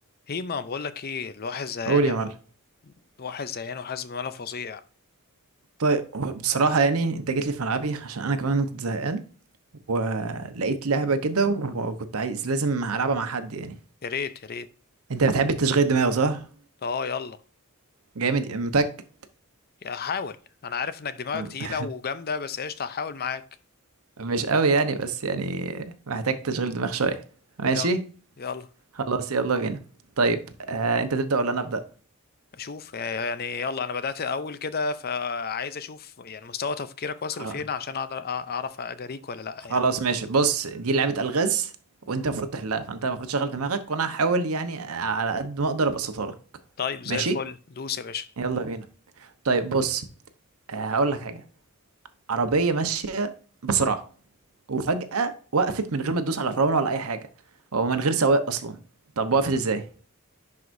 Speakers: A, on the left; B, on the right.
A: هي ما بقول لك ايه الواحد زهقان
B: قول
A: يعني
B: يا معلم
A: الواحد زهقان وحاسس بملل فظيع
B: طيب بصراحة يعني انت جيت لي في ملعبي عشان انا كمان كنت زهقان ولقيت لعبة كده وكنت عايز لازم العبها مع حد يعني
A: يا ريت يا ريت
B: انت بتحب التشغيل دماغ صح؟
A: اه يلا
B: جامد متأكد
A: يا حاول انا عارف انك دماغك
B: <laughs>
A: تقيله وجامده بس قشطه هحاول معاك
B: مش قوي يعني بس يعني محتاج تشغيل دماغ شوية ماشي
A: يلا يلا
B: خلاص يلا بينا طيب آه انت تبدأ ولا انا ابدأ
A: اشوف يعني يلا انا بدات اول كده فعايز اشوف يعني مستوى تفكيرك واصل
B: خلاص
A: لفين عشان اقدر أ- اعرف اجاريك ولا لا
B: خلاص
A: يعني
B: ماشي بص دي لعبة الغاز وانت
A: مم.
B: المفروض تحلها فانت المفروض تشغل دماغك وانا هحاول يعني على قد ما اقدر ابسطها لك
A: طيب زي
B: ماشي
A: الفل دوس يا باشا
B: يلا بينا طيب بص آه، هقول لك حاجه عربيه ماشيه بسرعه وفجاه وقفت من غير ما تدوس على فرامل ولا اي حاجه او من غير سواق اصلا طب وقفت ازاي